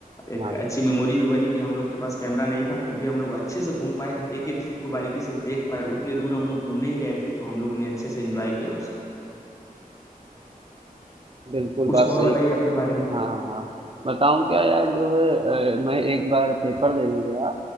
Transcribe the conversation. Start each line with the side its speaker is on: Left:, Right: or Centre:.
Left: एक
Right: हाँ।
Left: अच्छी मेमोरी भी बनी कि हम लोग के पास कैमरा नहीं था फिर भी हम लोग अच्छे से घूम पाए एक एक चीज को बारीकी से देख पाए उतने दूर हम लोग घूमने ही गए थे तो हम लोग ने अच्छे से एंजॉय किया उसको
Right: बिल्कुल,
Left: कुछ
Right: बात
Left: और
Right: सही
Left: बताइए
Right: क
Left: अपने बारे में
Right: हाँ, हाँ। बताऊँ क्या यार जो है अ, मैं एक बार पेपर देने गया